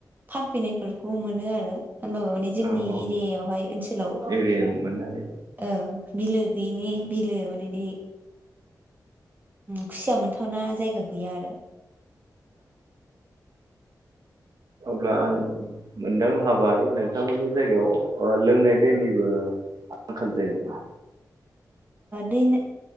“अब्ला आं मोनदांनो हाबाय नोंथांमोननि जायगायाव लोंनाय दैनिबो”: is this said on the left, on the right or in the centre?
Right